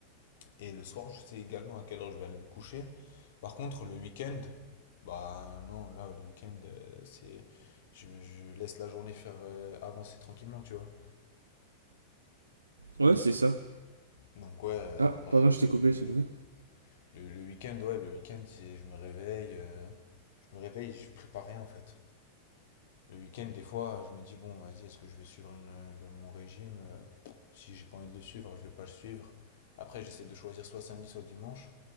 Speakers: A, on the left; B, on the right.
A: Et le soir, je sais également à quelle heure je vais aller me coucher. Par contre, le week-end, bah non, là, le week-end, euh, c'est. Je, je laisse la journée faire euh, avancer tranquillement, tu vois.
B: Ouais,
A: Donc,
B: c'est ça.
A: donc ouais, euh,
B: Ah,
A: en vrai,
B: pardon,
A: le,
B: je
A: le-
B: t'ai coupé, je t'ai coupé.
A: le- le week-end, ouais, le week-end, c'est je me réveille, euh, je me réveille, je prépare rien en fait. Le week-end, des fois, je me dis, bon, vas-y, est-ce que je vais suivre une- le- mon régime? Euh, Si j'ai pas envie de le suivre, je vais pas le suivre. Après, j'essaie de choisir soit samedi, soit dimanche.